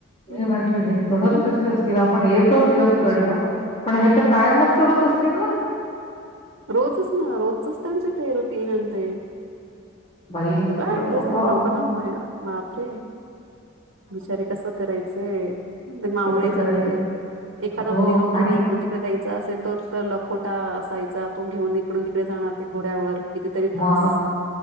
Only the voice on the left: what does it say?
मी
म्हंटल हे चढत
कसे असतील आपण एकच दिवस
चढलो पण हे तर कायमच चढत असतील ना.
बाई म्हटलं,
"बाबा
कसं
करायचं?"
हो
आणि
मग